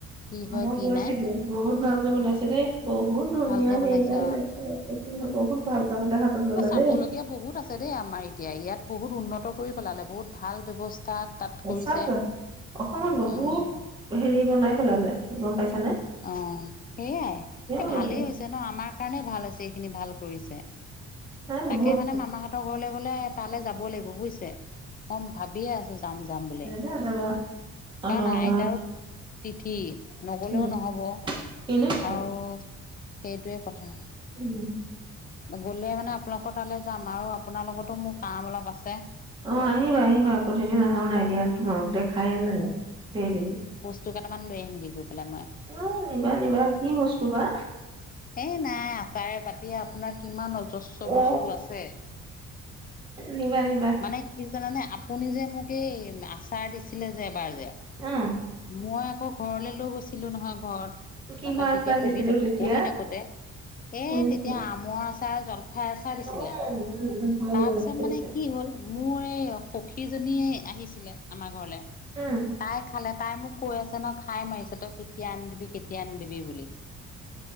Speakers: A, on the left; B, on the right.
A: কি
B: আম
A: হয় কি
B: গৈছিলোঁ
A: নাই
B: বহুত ভালকে বনাইছে দেই। বহুত ধুনীয়া
A: ভালকে বনাইছে
B: হেই ত ম বহুত। ভাল কাম এটা হাতত ললে
A: চাব
B: দেই
A: লগীয়া বহুত আছে দেই আমাৰ এতিয়া ইয়াত বহুত উন্নত কৰি পেলালে বহুত ভাল ব্যৱস্থা। তাত
B: সচা
A: কৰিছে
B: ক অসমত বহুত
A: উম
B: হেৰি বনাই পেলালে গম পাইছ।
A: অ সেইয়াই এই
B: বনালে
A: ভালেই হৈছে ন আমাৰ কাৰণে ভাল হৈছে এইখিনি ভাল। কৰিছে।
B: নাই
A: তাকে
B: বহুত
A: মানে মামাহঁতৰ ঘৰলে গলে তালৈ যাব লাগিব বুজিছে। তাম ভাবিয়ে আছো যাম যাম বুলি।
B: যাবা যাবা অ
A: কাৰণ
B: নগাঁও
A: আইতাৰো তিথি নগলেও
B: উম
A: নহব। অ
B: কেলে নহয়
A: সেইটোৱে কথা।
B: উম,
A: গ'লে মানে আপোনালোকৰ তালে যাম আৰু আপোনাৰ লগতো মোৰ কাম অলপ আছে।
B: অ আহিবা আহিবা আকৌ সেইদিন অহাও নাই দিয়া তোমালোক দেখাই নাই গোটেইদিন।
A: ত কটামান লৈ আহিম গে গৈ। পেলাই মই।
B: অ নিবা নিবা কি বস্তু বা
A: এই নাই আচাৰে পা আপোনাৰ কিমান অযু- -বস্তু
B: অ
A: আছে
B: নিবা নিবা
A: মানে কি জানানে। আপুনি যে মোক এই আচাৰ দিছিলে যে এবাৰ। যে
B: আহ
A: মই আকৌ ঘৰলৈ লৈ গৈছিলো নহয় ঘৰত।
B: কিহৰ
A: তাতে তেতিয়া
B: আচাৰ দিছিলো
A: পঢ়ি থাকো
B: তেতিয়া
A: পঢ়ি থাকোতে এ
B: শুনিছো
A: তেতিয়া আমৰ আছ- সেয়া আচাৰ দিছিলে,
B: অ উম উম হয়
A: তাৰ
B: দিয়া মনত
A: পিছত
B: পৰিছে
A: মানে কি হ'ল। মোৰ এই সখীজনী আহিছিলে আমাৰ ঘৰলে
B: উম
A: তাই খালে, তাই মোক কৈ আছে ন খাই মাৰিছে তই কেতিয়া আনি দিবি কেতিয়া আনি দিবি বুলি।